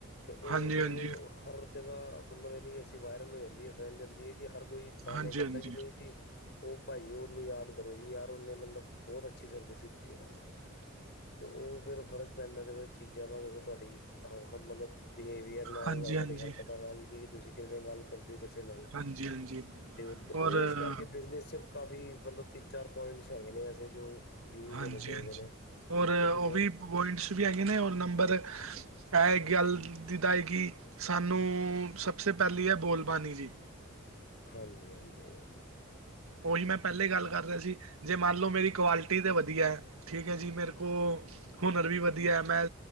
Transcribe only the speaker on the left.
ਤੇ ਉਹ
ਫੇਰ
ਹਰ ਜਗ੍ਹਾ, ਮਤਲਬ ਇਨੀ ਐਸੀ ਵਾਇਰਲ ਹੋ ਜਾਂਦੀ ਹੈ ਫੈਲ ਜਾਂਦੀ ਹੈ, ਕਿ ਹਰ ਕੋਈ ਇਨਸਾਨ
ਇਹ ਕਹਿੰਦਾ
ਕਿ, ਨਹੀਂ ਜੀ ਉਹ ਭਾਈ ਉਹਨੂੰ ਯਾਦ ਕਰੋ ਜੀ ਯਾਰ। ਉਹਨੇ ਮਤਲਬ ਬਹੁਤ ਅੱਛੀ ਸਰਵਿਸ ਦਿੱਤੀ, ਸਾਨੂੰ ਤੇ ਉਹ ਫੇਰ ਫਰਕ ਪੈਂਦਾ ਤੇ। ਚੀਜ਼ਾਂ ਨਾਲ ਦੇਖੋ, ਤੁਹਾਡੀ ਮਤਲਬ ਬਿਹੇਵੀਅਰ ਨਾਲ
ਤੁਹਾਡੀ ਹਰਕਤਾਂ
ਨਾਲ ਕੀ ਤੁਸੀਂ ਕਿਵੇਂ ਗੱਲ ਕਰਦੇ ਹੋ, ਕਿਸੇ ਨਾਲ
ਤੇ ਉਹ
ਇਸ ਕਰਕੇ ਬਿਜਨਸ ਚ ਕਾਫੀ ਮਤਲਬ ਤਿੰਨ ਚਾਰ ਪੁਆਇੰਟਸ ਹੈਗੇ ਨੇ, ਅਸੀਂ ਜੋ ਯੂਜ
ਹੋਣੇ ਚਾਹੀਦੇ
ਨੇ,
ਜੋਕਿ
ਬਹੁਤ
ਹਾਂਜੀ-ਹਾਂਜੀ,